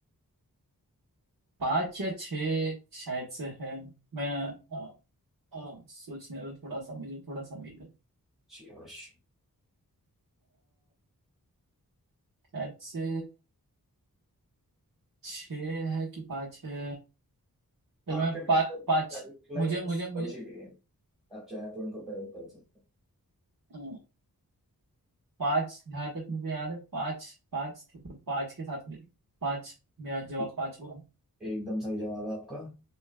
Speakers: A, on the right (about 65°); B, in the centre.
A: पाँच या छः शायद से है मैं अ, अ, सोचने दो थोड़ा सा मुझे थोड़ा सा मिल
B: जी अवश्य
A: शायद से छः है कि पाँच है चलो
B: आपके
A: मैं
B: पास
A: पा, पाँच
B: गाइडलाइंस
A: मुझे मुझे मुझे
B: बची हुई है आप चाहें तो उनको प्रयोग कर सकते
A: अ, पाँच जहाँ तक मुझे याद है पाँच पाँच थे तो पाँच के साथ मिल पाँच मेरा जवाब
B: हैं
A: पाँच होगा
B: एकदम सही जवाब है आपका